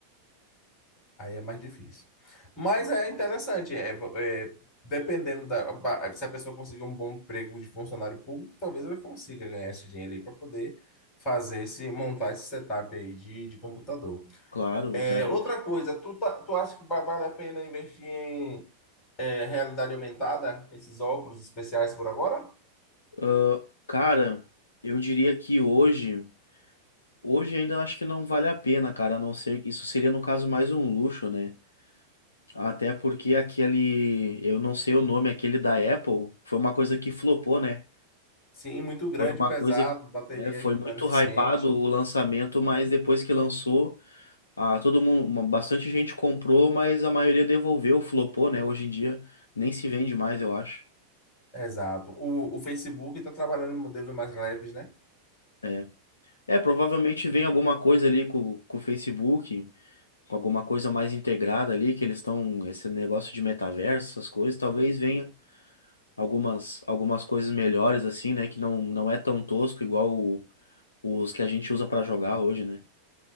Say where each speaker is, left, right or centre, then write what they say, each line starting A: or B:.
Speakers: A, on the left; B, on the left.
A: Aí é mais difícil. Mas é interessante, é, é, dependendo da ba- se a pessoa conseguir um bom emprego de funcionário público, talvez ela consiga ganhar esse dinheiro aí para poder fazer esse montar esse setup aí de, de computador.
B: claro,
A: É,
B: tá, gente.
A: outra coisa, tu, tá- tu acha que ba- vale a pena investir em é, realidade aumentada, esses óculos especiais por agora?
B: Ah, cara, eu diria que hoje, hoje ainda eu acho que não vale a pena, cara, a não ser que isso seria no caso mais um luxo, né? Até porque aquele, eu não sei o nome, aquele da Apple, foi uma coisa que flopou, né?
A: Sim, muito grande,
B: Foi uma
A: pesado,
B: coisa que
A: bateria
B: é, foi
A: que
B: muito
A: não era eficiente.
B: hypado o lançamento, mas depois que lançou, ah, todo mundo, uma- bastante gente comprou, mas a maioria devolveu, flopou, né? Hoje em dia nem se vende mais, eu acho.
A: Exato. O, o Facebook está trabalhando em modelos mais leves, né?
B: É, é provavelmente vem alguma coisa ali com, com o Facebook, com alguma coisa mais integrada ali, que eles estão, esse negócio de metaverso, essas coisas, talvez venha algumas, algumas coisas melhores assim, né? Que não, não é tão tosco igual o- os que a gente usa pra jogar hoje, né?